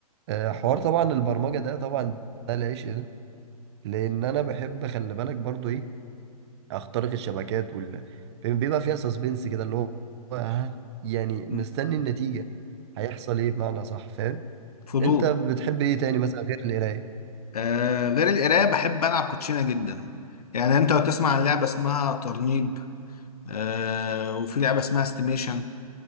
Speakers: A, on the right (about 45°); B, on the left (about 75°).
A: أه حوار طبعا البرمجة ده طبعا ده العيش إيه ده لأن أنا بحب خلي بالك برضو إيه أخترق الشبكات وال بيبقى فيها سسبنس كده اللي هو ها يعني مستني
B: مم.
A: النتيجة هيحصل إيه بمعنى صح فاهم
B: فضول
A: انت بتحب ايه تاني مثلا غير القرايه
B: آه غير القراية بحب ألعب كوتشينة جدا يعني أنت لو تسمع عن لعبة اسمها ترنيب آه وفي لعبة اسمها استيميشن